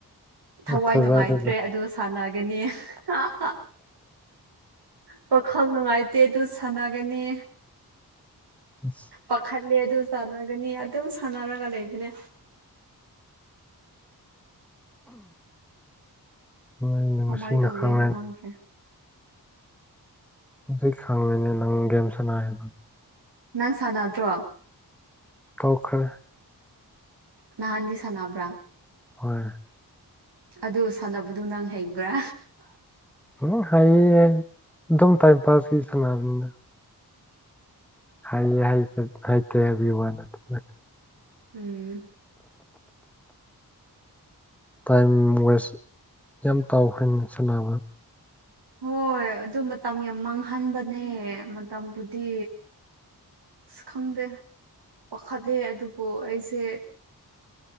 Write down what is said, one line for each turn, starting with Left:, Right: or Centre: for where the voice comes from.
Centre: ꯊꯥꯖꯗꯦꯗ
Right: ꯊꯋꯥꯏ ꯅꯨꯡꯉꯥꯏꯇ꯭ꯔꯦ ꯑꯗꯨ ꯁꯥꯟꯅꯒꯅꯤ ꯍꯥ ꯍꯥ ꯄꯥꯈꯜ ꯅꯨꯡꯉꯥꯏꯇꯦ ꯑꯗꯨ ꯁꯥꯟꯅꯒꯅꯤ
Centre: ꯑꯁ
Right: ꯄꯥꯈꯠꯂꯦ ꯑꯗꯨ ꯆꯥꯟꯅꯒꯅꯤ ꯑꯗꯨꯝ ꯁꯥꯟꯅꯔꯒ ꯂꯩꯕꯅꯦ
Centre: ꯑꯣꯏꯩꯅ
Right: ꯀꯃꯥꯏꯅ
Centre: ꯃꯁꯤꯡꯁꯤꯡꯅ
Right: ꯇꯧꯗꯣꯏꯅꯣ
Centre: ꯈꯪꯅꯩ
Right: ꯈꯪꯗ꯭ꯔꯦ
Centre: ꯍꯧꯖꯤꯛ ꯈꯪꯉꯤꯅꯦ ꯅꯪ ꯒꯦꯝ ꯁꯅꯥꯑꯦꯅ
Right: ꯅꯪ ꯁꯥꯟꯅꯗ꯭ꯔꯣ
Centre: ꯇꯣꯛꯈꯔꯦ
Right: ꯅꯍꯥꯟꯗꯤ ꯁꯥꯟꯅꯕ꯭ꯔꯥ
Centre: ꯍꯣꯏ
Right: ꯑꯗꯨ ꯁꯥꯟꯅꯕꯗꯨ ꯅꯪ ꯍꯩꯕ꯭ꯔꯥ
Centre: ꯎꯝ ꯍꯥꯏꯌꯦ ꯑꯗꯨꯝ ꯇꯥꯏ ꯄꯥꯁꯀꯤ ꯁꯅꯥꯕꯅꯤꯗ ꯍꯥꯏ ꯍꯥꯏ ꯐ ꯍꯥꯏ ꯇ ꯋꯥ ꯅ ꯑꯗꯨ
Right: ꯎꯝ
Centre: ꯇꯥꯏꯝ ꯋꯦꯁ ꯌꯥꯝ ꯇꯥꯎꯈ꯭ꯔꯦ ꯁꯥꯟꯅꯕ
Right: ꯍꯣꯏ ꯑꯗꯨ ꯃꯇꯝ ꯌꯥꯝ ꯃꯥꯡꯍꯟꯕꯅꯦ ꯃꯇꯝꯕꯨꯗꯤ ꯑꯁ ꯈꯪꯗꯦ ꯋꯥꯈꯠꯂꯦ ꯑꯗꯨꯕꯨ ꯑꯩꯁꯦ